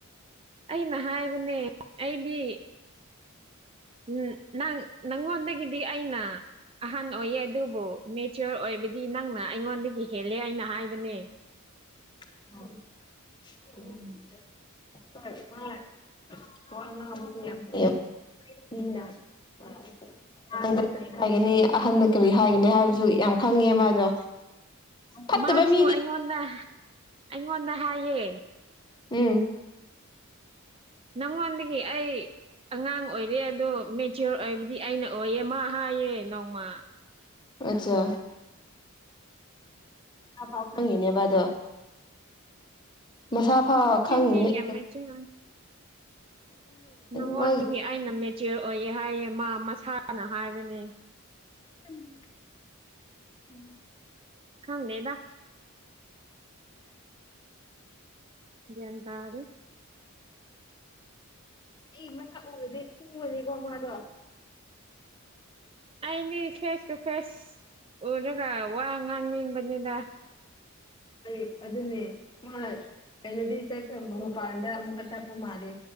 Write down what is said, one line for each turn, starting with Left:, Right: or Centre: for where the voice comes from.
Right: ꯑꯩꯅ ꯍꯥꯏꯕꯅꯦ ꯑꯩꯗꯤ ꯎꯝ ꯅꯪ ꯅꯪꯉꯣꯟꯗꯒꯗꯤ ꯑꯩꯅ ꯑꯍꯟ ꯑꯣꯏꯌꯦ ꯑꯗꯨꯕꯨ ꯃꯦꯆꯤꯌꯣꯔ ꯑꯣꯏꯕꯗꯤ ꯅꯪꯅ ꯑꯩꯉꯣꯟꯗꯒꯤ ꯍꯦꯜꯂꯦ ꯍꯩꯅ ꯍꯥꯏꯕꯅꯦ
Left: <unintelligible> ꯋꯥ ꯉꯥꯡꯕꯁꯨ ꯌꯥꯝ ꯍꯩ ꯃꯤꯅ ꯍꯥꯢ ꯑꯉꯥꯡꯗ ꯀꯔꯤ ꯍꯥꯏꯒꯅꯤ ꯑꯍꯟꯗ ꯀꯔꯤ ꯍꯥꯏꯒꯅꯤ ꯍꯥꯏꯕꯁꯨ ꯌꯥꯝ ꯈꯪꯉꯦ ꯃꯥꯗꯣ ꯐꯠꯇꯕ
Right: ꯃꯥꯁꯨ
Left: ꯃꯤꯗꯤ
Right: ꯑꯩꯉꯣꯟꯗ ꯑꯩꯉꯣꯟꯗ ꯍꯥꯏꯌꯦ
Left: ꯎꯝ
Right: ꯅꯪꯉꯣꯟꯗꯒꯤ ꯑꯩ ꯑꯉꯥꯡ ꯑꯣꯏꯔꯦ ꯑꯗꯣ ꯃꯦꯆꯤꯌꯣꯔ ꯑꯣꯏꯕꯗꯤ ꯑꯩꯅ ꯑꯣꯏꯌꯦ ꯃꯥ ꯍꯥꯏꯌꯦ ꯅꯣꯡꯃ
Left: ꯑꯆꯥ ꯃꯥ ꯐꯥꯎ ꯈꯪꯉꯤꯅꯦꯕ ꯑꯗꯣ ꯃꯁꯥ ꯐꯥꯎ
Right: ꯃꯆꯤꯟꯗꯤ
Left: ꯈꯪꯉꯤꯅꯦ
Right: ꯌꯥꯝ
Left: ꯑꯗꯨ
Right: ꯃꯦꯆꯤꯌꯣꯔ ꯅꯉꯣꯟꯗꯒꯤ
Left: ꯃꯥꯒꯤ
Right: ꯑꯩꯅ ꯃꯦꯆꯤꯌꯣꯔ ꯑꯣꯏꯌꯦ ꯍꯥꯏꯌꯦ ꯃꯥ ꯃꯁꯥꯅ ꯍꯥꯏꯕꯅꯦ
Left: ꯎꯝ ꯎꯝ <unintelligible>
Right: ꯈꯪꯗꯦꯗ ꯒꯌꯥꯟ ꯇꯥꯗꯦ
Left: ꯑꯩ ꯃꯁꯛ ꯎꯔꯗꯤ ꯐꯨꯒꯅꯤꯀꯣ ꯃꯥꯗꯣ
Right: ꯑꯩꯅꯤ ꯐꯦꯁ ꯇꯨ ꯐꯦꯁ ꯎꯔꯒ ꯋꯥ ꯉꯥꯡꯅꯤꯡꯕꯅꯤꯗ
Left: ꯍꯣꯢ ꯑꯗꯨꯅꯦ ꯃꯥ ꯀꯩꯅꯣꯗꯤ ꯆꯠꯈꯔꯕꯣ ꯃꯄꯥꯟꯗ ꯑꯃꯨꯛꯀ ꯆꯠꯄ ꯃꯥꯜꯂꯦ